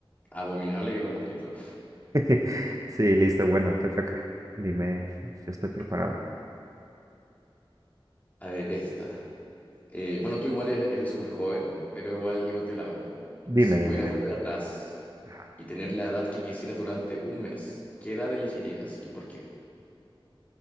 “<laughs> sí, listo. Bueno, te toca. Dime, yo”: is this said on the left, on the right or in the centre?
Right